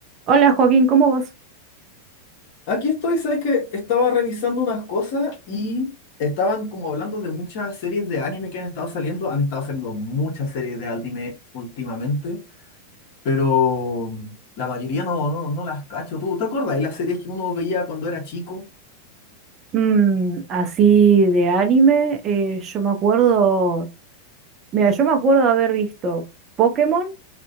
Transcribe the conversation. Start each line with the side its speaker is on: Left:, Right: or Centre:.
Right: Hola Joaquín, ¿cómo vas?
Left: Aquí estoy, sabes que estaba revisando unas cosas y estaban como hablando de muchas series de anime que han estado saliendo. Han estado saliendo muchas series de anime últimamente, pero la mayoría no, no, no las cacho. ¿Tú te acuerdas? de las series que uno veía cuando era chico,
Right: Mm, así de anime, eh, yo me acuerdo, mira, yo me acuerdo de haber visto Pokémon,